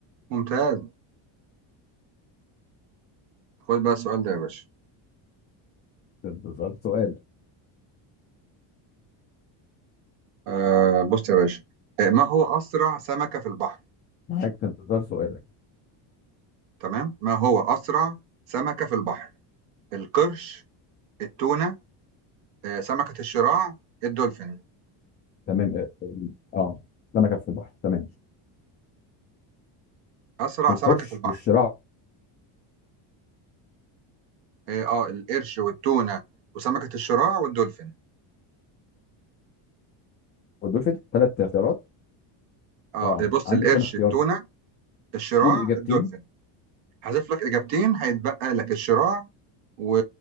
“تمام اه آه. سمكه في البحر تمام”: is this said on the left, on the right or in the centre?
Left